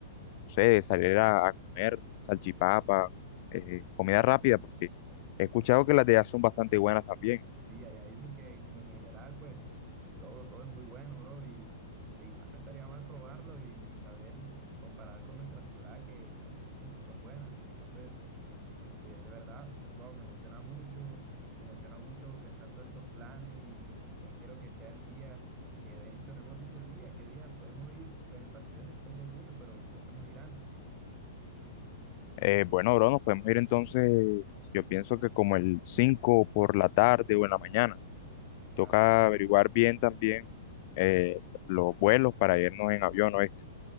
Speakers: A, on the left (about 50°); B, on the right (about 30°).
A: no sé, de salir a, a comer salchipapa, eh, comida rápida,
B: Sí.
A: porque he escuchado que las de allá son bastante buenas también.
B: Sí, allá dicen que en en general, pues, todo, todo es muy bueno, bro, y de igual no estaría mal probarlo y, y saber comparar con nuestra ciudad, que, que también dicen que son buenas. Entonces, este, de verdad, wow, me emociona mucho, me emociona mucho pensar todos estos planes y, y ya quiero que sea el día, que de hecho no hemos dicho el día, ¿qué día podemos ir? Pues el partido es el 6 de junio, pero podríamos ir antes.
A: Eh, bueno, bro, nos podemos ir entonces, yo pienso que como el 5 por la tarde o en la mañana.
B: Claro,
A: Toca
B: claro.
A: averiguar bien también eh, los vuelos para irnos en avión, o este